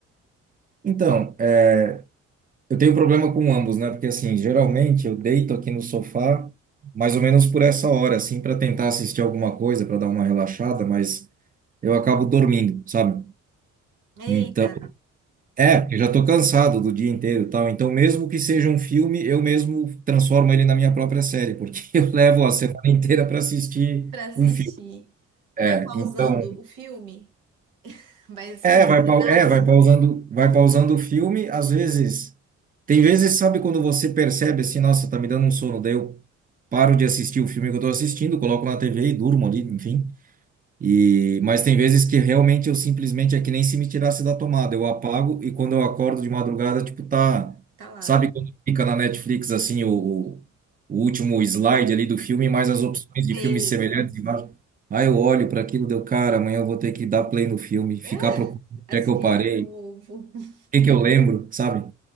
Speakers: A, on the right; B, on the right.
A: Então, é, eu tenho um problema com ambos, né? Porque assim, geralmente eu deito aqui no sofá mais ou menos por essa hora, assim, para tentar assistir alguma coisa, para dar uma relaxada, mas eu acabo dormindo, sabe?
B: Eita,
A: Então, é, porque eu já tô cansado do dia inteiro, e tal. Então, mesmo que seja um filme, eu mesmo transformo ele na minha própria série, porque <laughs> eu levo a semana inteira para assistir
B: <laughs> pra assistir.
A: um filme. É,
B: Vai pausando
A: então
B: o filme? Vai assistir
A: É, vai,
B: um pedaço?
A: pau- é, vai pausando, vai pausando o filme, às vezes. Tem vezes, sabe, quando você percebe assim, nossa, tá me dando um sono, daí eu paro de assistir o filme que eu tô assistindo, coloco na TV e durmo ali, enfim. E, mas tem vezes que realmente eu simplesmente é que nem se me tirasse da tomada. Eu apago e quando eu acordo de madrugada, tipo, tá.
B: Tá lá.
A: Sabe quando fica na Netflix assim o, o, o último slide ali do filme, mais as opções de
B: Sei.
A: filmes semelhantes embaixo? Aí eu olho para aquilo, deu, cara, amanhã eu vou ter que dar play no filme, ficar
B: É,
A: procurando onde
B: Assistir
A: é que eu parei,
B: de novo.
A: o
B: <laughs>
A: que que eu lembro, sabe?